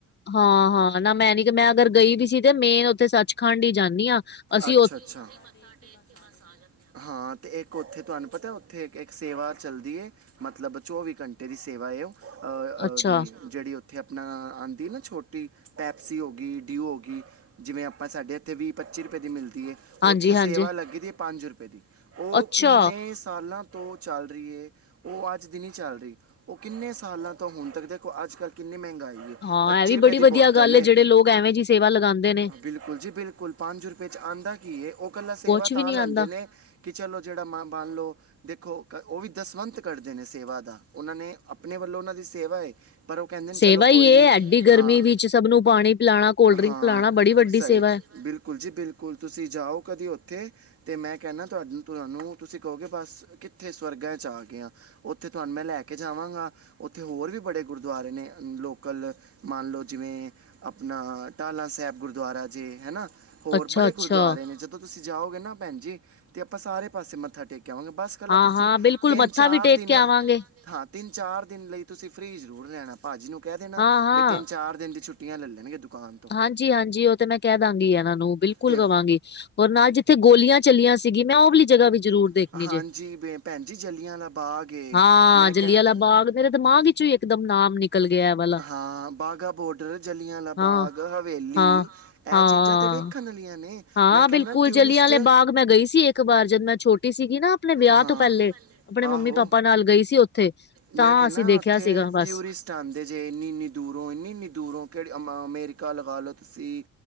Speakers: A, on the left (about 35°); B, on the right (about 50°).
A: ਹਾਂ ਹਾਂ, ਨਾਂ ਮੈਂ ਨੀ ਮੈਂ ਅਗਰ ਗਈ ਵੀ ਸੀ ਤੇ ਮੇਨ ਉੱਥੇ ਸੱਚਖੰਡ ਹੀ ਜਾਂਣੀ ਆਂ ਅਸੀਂ
B: ਅਸੀਂ ਉਥੇ ਮੱਥਾ ਟੇਕ ਕੇ ਬਸ ਆ ਜਾਣੇ ਆਂ। ਹਾਂ ਤੇ ਇੱਕ ਉੱਥੇ ਤੁਹਾਨੂੰ ਪਤਾ ਓਥੇ ਸੇਵਾ ਚੱਲਦੀ ਐ, ਮਤਲਬ ਚੌਵੀ ਘੰਟੇ ਦੀ ਸੇਵਾ ਐ ਉਹ ਉਹਦੀ
A: ਅੱਛਾ
B: ਜਿਹੜ ਉੇ ਇੱਥੇ ਆਪਣਾ ਆਂਦੀ ਨਾ ਛੋਟੀ ਪੈਪਸੀ ਹੋ ਗਈ ਡਿਊ ਹੋ ਗਈ ਜਿਵੇਂ ਆਪਾਂ ਸਾਡੇ ਇੱਥੇ ਵੀਅ ਪਚ ਪੱਚੀ ਰੁਪਏ ਦੀ ਮਿਲਦੀ ਐ,
A: ਹਾਂਜੀ-ਹਾਂਜੀ।
B: ਉੱਥੇ ਸੇਵਾ ਲੱਗੀ ਦੀ ਪੰਜ ਰੁਪਏ ਦੀ ਉਹ
A: ਅੱਛਾ
B: ਕਿੰਨੇ ਸਾਲਾਂ ਤੋਂ ਚੱਲ ਰਹੀ ਹੈ, ਔ ਅੱਜ ਦੀ ਨੀ ਚੱਲ ਰਹੀ, ਔ ਕਿੰਨੇ ਸਾਲਾਂ ਤੋਂ ਹੁਣ ਤੱਕ, ਦੇਖੋ ਅੱਜਕੱਲ ਕਿੰਨੀ ਮਹਿੰਗਾਈ
A: ਹਾਂ
B: ਪੱਚੀ
A: ਇਹ ਵੀ
B: ਰੁਪਏ
A: ਬੜੀ
B: ਦੀ
A: ਵਧੀਆ
B: ਬੋਤਲ
A: ਗੱਲ
B: ਐ,
A: ਏ ਜਿਹੜੇ ਲੋਕ ਐਵੇਂ ਜੀ ਸੇਵਾ ਲਗਾਉਂਦੇ ਨੇ
B: ਬਿਲਕੁਲ ਜੀ ਬਿਲਕੁਲ, ਪੰਜ ਰੁਪਏ ਚ ਆਉਂਦਾ ਕੀ ਹੈ, ਔ ਕੱਲਾ ਸੇਵਾ
A: ਕੁਛ
B: ਤਾਂ
A: ਵੀ ਨੀ
B: ਲੈਂਦੇ
A: ਆਉਂਦਾ।
B: ਨੇ ਕਿ ਚਲੋ ਜਿਹੜਾ ਮਾਂਹ ਬਨ ਲੋ, ਦੇਖੋ ਔ ਵੀ ਦਸਵੰਤ ਕਢਦੇ ਨੇ ਸੇਵਾ ਦਾ, ਉਹਨਾਂ ਨੇ ਆਪਣੇ ਵੱਲੋਂ ਉਹਨਾਂ ਦੀ ਸੇਵਾ ਏ। ਪਰ ਉਹ ਕਹਿੰਦੇ ਨੇ
A: ਸੇਵਾ
B: ਚਲੋ ਕੋਈ
A: ਹੀ ਇਹ
B: ਨੀ,
A: ਐਡੀ ਗਰਮੀ
B: ਹਾਂ
A: ਵਿੱਚ ਸਭ ਨੂੰ ਪਾਣੀ ਪਿਲਾਣਾ ਕੋਲਡ ਡਰਿੰਕ
B: ਹਾਂ
A: ਪਿਲਾਣਾ ਬੜੀ ਵੱਡੀ
B: ਸਹੀ।
A: ਸੇਵਾ ਹੈ।
B: ਬਿਲਕੁਲ ਜੀ ਬਿਲਕੁਲ ਤੁਸੀਂ ਜਾਓ ਕਦੇ ਉੱਥੇ, ਤੇ ਮੈਂ ਕਹਿੰਦਾ ਤੁਹਾਾਨੂੰ ਤੁਹਾਨੂੰ, ਤੁਸੀਂ ਕਹੋਗੇ ਬਸ ਕਿੱਥੇ ਸਵਰਗਾਂ 'ਚ ਆ ਗਏ ਹਾਂ, ਉੱਥੇ ਤੁਹਾਨੂੰ ਮੈਂ ਲੈ ਕੇ ਜਾਵਾਂਗਾ ਉੱਥੇ ਹੋਰ ਵੀ ਬੜੇ ਗੁਰਦੁਆਰੇ ਨੇ ਲੋਕਲ ਮੰਨ ਲੋ ਜਿਵੇਂ ਆਪਣਾ ਟਲ ਹਿਲਾਂ ਸਾਹਿਬ ਗੁਰਦੁਆਰਾ ਜੇ, ਹੈਨਾ। ਹੋਰ
A: ਅੱਛਾ
B: ਬੜੇ
A: ਅੱਛਾ
B: ਗੁਰੂਦੁਆਰੇ ਨੇ, ਜਦੋਂ ਤੁਸੀਂ ਜਾਓਗੇ ਨਾ ਭੈਣ ਜੀ, ਤੇ ਆਪਾਂ ਸਾਰੇ ਪਾਸੇ ਮੱਥਾ ਟੇਕ ਕਵਾਂਗੇ ਬਸ ਕੱਲਾ
A: ਹਾਂ
B: ਤੁਸੀਂ
A: ਹਾਂ ਬਿਲਕੁਲ
B: ਤਿੰਨ
A: ਮੱਥਾ
B: ਚਾਰ
A: ਵੀ ਟੇਕ
B: ਦਿਨ,
A: ਕੇ ਆਵਾਂਗੇ
B: ਹਾਂ ਤਿੰਨ ਚਾਰ ਦਿਨ ਲਈ ਤੁਸੀਂ ਫ੍ਰੀ ਜ਼ਰੂਰ ਲੈਣਾ, ਭਾਜੀ ਨੂੰ ਕਹਿ ਦੇਣਾ
A: ਹਾਂ ਹਾਂ
B: ਬਈ ਤਿੰਨ ਚਾਰ ਦਿਨ ਦੀ ਛੁੱਟੀਆਂ ਲੈ ਲੈਣਗੇ। ਦੁਕਾਨ ਤੋਂ
A: ਹਾਂਜੀ ਹਾਂਜੀ ਉਹ ਤੇ ਮੈਂ ਕਹਿ ਦਾਂਗੀ ਇਹਨਾਂ ਨੂੰ, ਬਿਲਕੁਲ
B: ਤੇ-
A: ਕਵਾਂਗੀ ਰ ਨਾਲ ਜਿੱਥੇ ਗੋਲੀਆਂ ਚੱਲੀਆਂ ਸੀਗੀ ਮੈਂ ਉਹ ਵਾਲਲੀ ਜਗ੍ਹਾ ਵੀ ਜ਼ਰੂਰ ਦੇਖਣੀ
B: ਜਾਵਾਂਗੀ।
A: ਜੇ,
B: ਹਾਂਜੀ ਬੇ- ਭੈਣ ਜੀ ਜੱਲੀਆਂ ਵਾਲਾ ਬਾਗ ਏ
A: ਹਾਂ
B: ਮੈਂ
A: ਜਲੀਆਂਵਾਲਾ
B: ਕਹਿ
A: ਬਾਗ। ਮੇਰੇ ਦਿਮਾਗ ਵਿੱਚ ਹੀ ਇੱਕਦਮ ਨਾਮ ਨਿਕਲ ਗਿਆ ਹੈ, ਏ ਵਾਲਾ,
B: ਹਾਂ ਬਾਗਾ ਬਾਰਡਰ ਜੱਲੀਆਂ ਵਾਲਾ
A: ਹਾਂ
B: ਬਾਗ ਹਵੇਲੀ,
A: ਹਾਂ ਹਾਂ
B: ਇਹ ਚੀਜ਼ਾਂ ਤੇ ਵੇਖਣ ਵਾਲੀਆਂ ਨੇ
A: ਹਾਂ
B: ਮੈਂ ਕਹਿੰਦਾ
A: ਬਿਲਕੁਲ ਜਲਿਆਂਲੇ
B: ਟੂਰਿਸਟ
A: ਬਾਗ ਮੈਂ ਗਈ ਸੀ ਇੱਕ ਵਾਰ, ਜਦ ਮੈਂ ਛੋਟੀ ਸੀਗੀ ਨਾ, ਆਪਣੇ ਵਿਆਹ
B: ਹਾਂ।
A: ਤੋਂ ਪਹਿਲੇ ਆਪਣੇ ਮੰਮੀ
B: ਆਹੋ।
A: ਪਾਪਾ ਨਾਲ ਗਈ ਸੀ ਉੱਥੇ। ਤਾਂ
B: ਮੈਂ ਕਹਿਣਾ
A: ਅਸੀਂ ਦੇਖਿਆ
B: ਉੱਥੇ
A: ਸੀਗਾ ਬਸ
B: ਟੂਰਿਸਟ ਆਂਦੇ ਜੇ ਇਨੀ ਇੰਨੀ ਦੂਰੋਂ, ਇੰਨੀ ਇੰਨੀ ਦੂਰੋਂ ਕਿ ਮ ਅਮਰੀਕਾ ਲਗਾ ਲੋ ਤੁਸੀਂ,